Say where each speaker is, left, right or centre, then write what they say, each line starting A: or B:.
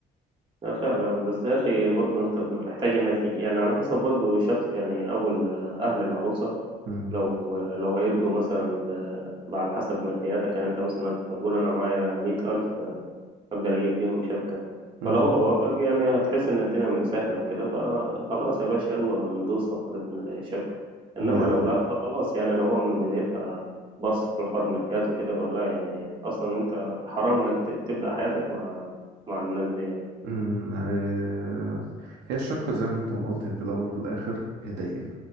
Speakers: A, on the right; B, on the right.
A: لا فعلا بس يا أخي برضه أنت محتاج إنك تج... يعني على حسب برضه شخص يعني أبو ال- أهل العروسة
B: امم
A: لو لو هيرضوا مثلا ب... ب- على حسب مادياتك يعني أنت مثلا هتقول أنا معايا مية ألف اقدر اجيب بيهم شبكة
B: امم
A: فلو هو وافق يعني هتحس ان الدنيا متسهلة وكده فخلاص يا باشا يلا ندوس في حوار الشبكة انما
B: يعني
A: لو لا فخلاص يعني لو هو من بدايتها بص في حوار ماديات وكده فلا يعني اصلا انت حرام انك ت- تبدأ حياتك مع مع الناس دي يعني
B: أمم، آه، هي الشبكة زي ما انت ما قلت هي في الأول وفي الآخر هدية